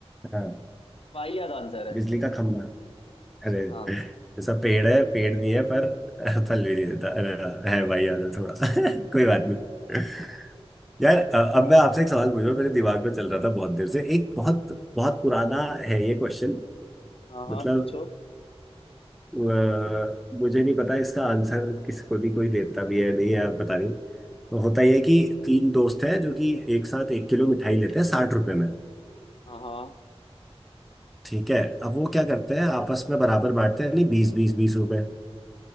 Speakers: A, in the centre; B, on the left.
A: हाँ
B: वाहियात आंसर है
A: बिजली का खंबा अरे
B: हाँ
A: जैसा पेड़ है पेड़ नहीं है पर फल भी नहीं देता अरे हाँ, है भाई याद है थोड़ा <laughs> कोई बात नहीं यार अ, अब मैं आपसे एक सवाल पूछ रहा हूँ मेरे दिमाग में चल रहा था बहुत देर से एक बहुत बहुत पुराना है ये क्वेश्चन
B: हाँ हाँ
A: मतलब
B: पूछो
A: अ, मुझे नहीं पता इसका आंसर किसको भी कोई देता भी है नहीं यार पता नहीं तो होता यह है कि तीन दोस्त हैं जो कि एक साथ एक किलो मिठाई लेते हैं साठ रुपए में
B: हाँ हाँ
A: ठीक है अब वो क्या करते हैं आपस में बराबर बांटते हैं नहीं बीस बीस बीस रुपए